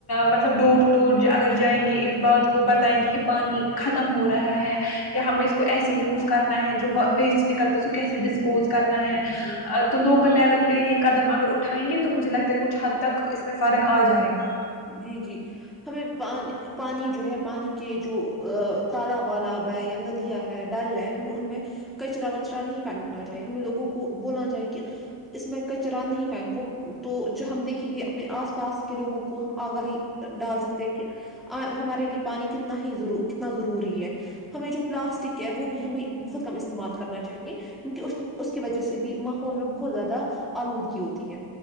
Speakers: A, on the left (about 55°); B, in the centre.
A: مطلب ڈور ٹو ڈور اگر جائیں گے اس بات کو بتائیں گے کہ پانی ختم ہو رہا ہے یا ہمیں اس کو ایسے یوز کرنا ہے جو ویسٹ نکلتا ہے اس کو کیسے ڈسپوز کرنا ہے
B: جی جی
A: تو لوکل لیول پہ یہ قدم اگر اٹھائیں گے تو مجھے لگتا ہے کچھ حد تک اس میں فرق آ جائے گا
B: جی جی ہمیں پ پانی جو ہے پانی کے جو تال والال ہے یا ندیاں ہے ڈل ہے ہمیں ان میں کچرا وچرا نہیں پھینکنا چاہیے ہمیں لوگوں کو بولنا چاہیے کہ اس میں کچرا نہیں پھینکو تو جو ہم دیکھیں گے اپنے آس پاس کے لوگوں کو کو ہم آگاہی ڈال سکتے ہیں کہ ہمارے لیے پانی کتنا ہی کتنا ضروری ہے ہمیں جو پلاسٹک ہے وہ بھی ہمیں بہت کم استعمال کرنا چاہیے کیونہ اس اس کی وجہ سے بھی ماحول میں بہت زیادہ آلودگی ہوتی ہے